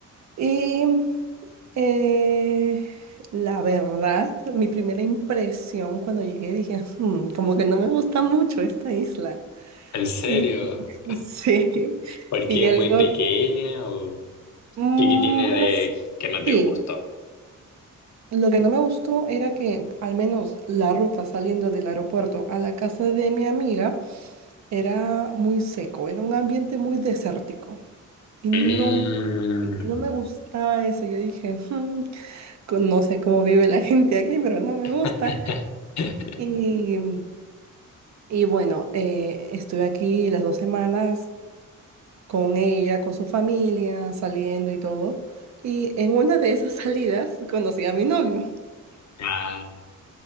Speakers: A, on the right; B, on the left.
A: Y eh, la verdad, mi primera impresión cuando llegué, dije, "Hmm, como que no me gusta mucho esta isla.
B: ¿En serio?
A: Y <laughs> sí,
B: ¿Por
A: y
B: qué
A: el
B: es muy
A: luego,
B: pequeña o
A: "Mm,
B: qué qué tiene
A: bueno,
B: de que no te
A: sí.
B: gustó?
A: Lo que no me gustó era que al menos la ruta saliendo del aeropuerto a la casa de mi amiga era muy seco, era un ambiente muy desértico y no,
B: Mm.
A: y no me gustaba eso. Yo dije, "Hmm, co- no sé cómo vive la <laughs> gente aquí, pero no me gusta.
B: <laughs>
A: Y, y bueno, eh, estuve aquí las dos semanas con ella, con su familia, saliendo y todo. Y en una de esas <laughs> salidas conocí a mi novio.
B: Claro.